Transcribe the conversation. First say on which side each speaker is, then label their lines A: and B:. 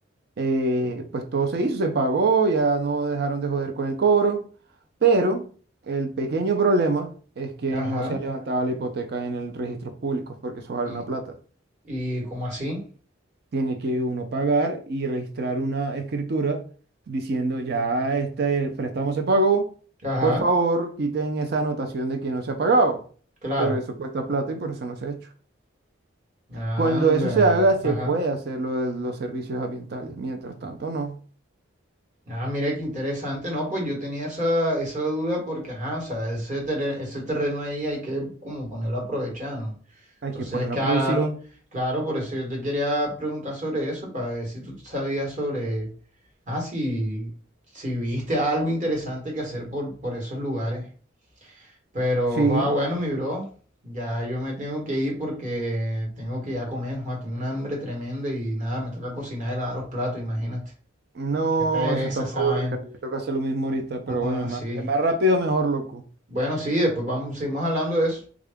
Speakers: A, on the right; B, on the right.
A: eh, pues todo se hizo, se pagó, ya no dejaron de joder con el cobro, pero el pequeño problema es que
B: ajá,
A: no se ha levantado la hipoteca en el registro público, porque eso vale
B: y,
A: una plata.
B: y ¿cómo así?
A: Tiene que uno pagar y registrar una escritura diciendo ya este préstamo se pagó,
B: Ajá,
A: por favor, quiten esa anotación de que no se ha pagado.
B: claro,
A: Pero eso cuesta plata y por eso no se ha hecho.
B: anda,
A: Cuando eso se haga, se
B: ajá.
A: puede hacer lo de los servicios ambientales. Mientras tanto, no.
B: Ah, mira qué interesante, ¿no? Pues yo tenía esa, esa duda porque, ajá, o sea, ese, terre- ese terreno ahí hay que como ponerlo a aprovechar, ¿no?
A: Hay
B: Entonces,
A: que ponerlo
B: claro,
A: a producir,
B: claro, por eso yo te quería preguntar sobre eso, para ver si tú sabías sobre, ah, si, si viste algo interesante que hacer por, por esos lugares. Pero,
A: Sí,
B: ah, bueno, mi bro, ya yo me tengo que ir porque tengo que ya comer, joa, tengo una hambre tremenda y nada, me toca cocinar y lavar los platos, imagínate.
A: no,
B: Es que pereza
A: eso está muy
B: esa
A: aburrido.
B: vaina.
A: Me toca hacer lo mismo ahorita,
B: Así.
A: pero bueno, más, más rápido, mejor, loco.
B: Bueno, sí, después vamos, seguimos hablando de eso.